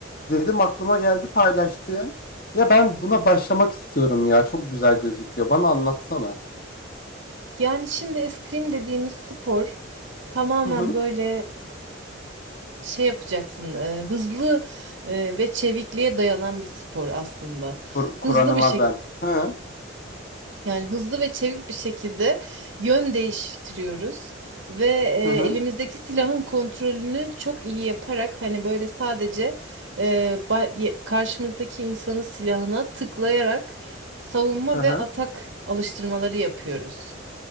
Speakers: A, on the left (about 45°); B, on the right (about 80°).
A: dedim aklıma geldi paylaştığın. Ya ben buna başlamak istiyorum ya. Çok güzel gözüküyor. Bana anlatsana.
B: Yani şimdi eskrim dediğimiz spor tamamen
A: Hı hı.
B: böyle şey yapacaksın e, hızlı e, ve çevikliğe dayanan bir spor aslında.
A: Kur-
B: Hızlı
A: Kur'an'ıma
B: bir şey
A: ben. Hı hı
B: yani hızlı ve çevik bir şekilde yön değiştiriyoruz ve e,
A: hı hı.
B: elimizdeki silahın kontrolünü çok iyi yaparak hani böyle sadece e, ba- ye- karşımızdaki insanın silahına tıklayarak savunma
A: hı.
B: ve atak alıştırmaları yapıyoruz.